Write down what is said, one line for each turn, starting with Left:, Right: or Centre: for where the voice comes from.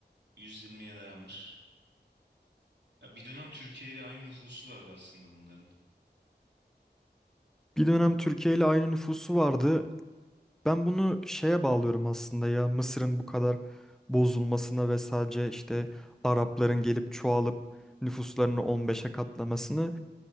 Right: 120'ye dayanmış. Ya bir dönem Türkiye ile aynı nüfusu vardı aslında bunların.
Centre: Bir dönem Türkiye ile aynı nüfusu vardı. Ben bunu şeye bağlıyorum aslında ya Mısır'ın bu kadar bozulmasına ve sadece işte Arapların gelip çoğalıp nüfuslarını on beşe katlamasını